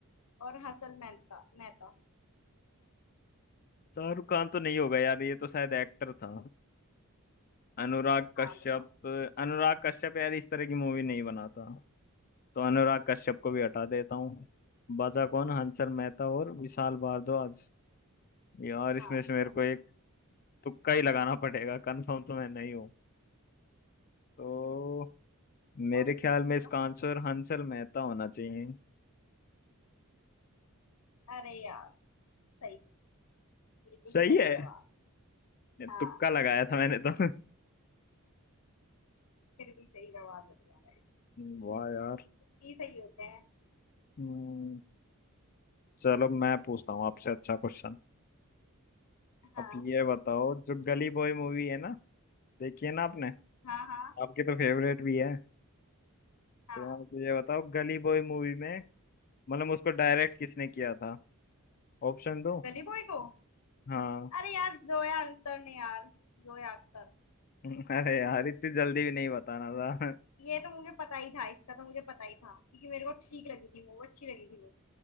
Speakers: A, on the left (about 80°); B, on the left (about 40°).
A: और हसन मेहता मेहता
B: शाहरुख खान तो नहीं होगा यार ये तो शायद एक्टर था अनुराग
A: हाँ
B: कश्यप
A: बताओ
B: अनुराग कश्यप यार इस तरह की मूवी नहीं बनाता तो अनुराग कश्यप को भी हटा देता हूँ बचा कौन हंसल मेहता और विशाल भारद्वाज यार इसमें
A: हाँ
B: से
A: बताओ
B: मेरे को एक तुक्का ही लगाना पड़ेगा कंफर्म तो मैं नहीं हूँ तो
A: बताओ
B: मेरे
A: बताओ
B: ख्याल में
A: बताओ
B: इसका आंसर हंसल मेहता होना चाहिए
A: अरे यार सही बिल्कुल
B: सही
A: सही
B: है
A: जवाब हाँ
B: तुक्का लगाया था मैंने तो
A: फिर भी सही जवाब है तुम्हारा
B: <laughs> वाह यार
A: ये सही होते हैं
B: हम्म, चलो मैं पूछता हूँ आपसे अच्छा क्वेश्चन
A: हाँ
B: अब ये बताओ जो गली बॉय मूवी है ना देखिए ना आपने
A: हाँ हाँ
B: आपकी तो फेवरेट भी है
A: हाँ
B: तो आप मुझे बताओ गली बॉय मूवी में मतलब उसको डायरेक्ट किसने किया था ऑप्शन दो
A: गली बॉय को
B: हाँ
A: अरे यार जोया अख्तर ने यार जोया अख्तर
B: <laughs> अरे यार इतनी जल्दी भी नहीं बताना था
A: ये तो मुझे पता ही था इसका तो मुझे पता ही था क्योंकि मेरे को ठीक लगी थी वो अच्छी लगी थी वो